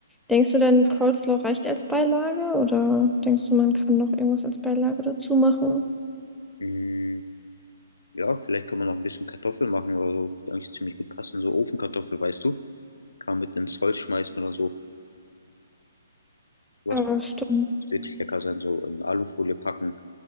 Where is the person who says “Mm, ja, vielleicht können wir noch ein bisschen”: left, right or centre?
Left